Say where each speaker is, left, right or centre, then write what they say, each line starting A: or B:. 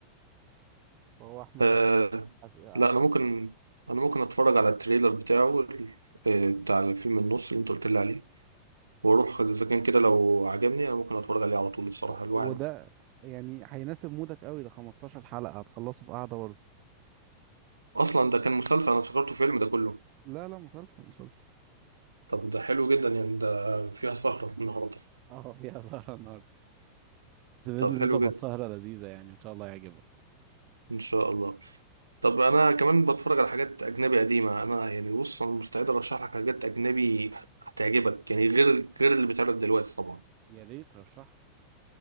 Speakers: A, on the right; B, on the right.
A: فهو أحمد
B: آه
A: أمين عف- عمل
B: لا انا ممكن انا ممكن اتفرج على التريلر بتاعه ال- آه بتاع الفيلم النص اللي انت قلت لي عليه واروح اذا كان كده لو عجبني انا ممكن اتفرج عليه على طول الصراحه
A: وده
B: الواحد
A: يعني هيناسب مودك قوي ده 15 حلقة هتخلصه في قعدة برضه
B: اصلا ده كان مسلسل انا افتكرته فيلم ده كله
A: لا لا مسلسل مسلسل
B: طب ده حلو جدا يعني ده فيها سهره النهارده
A: اه فيها سهرة النهاردة بس بإذن
B: طب حلو
A: الله تبقى
B: جدا
A: سهرة لذيذة يعني إن شاء الله يعجبك
B: ان شاء الله طب انا كمان بتفرج على حاجات اجنبي قديمه انا يعني بص انا مستعد ارشح لك حاجات اجنبي هتعجبك يعني غير غير اللي بيتعرض دلوقتي طبعا
A: يا ريت رشح لي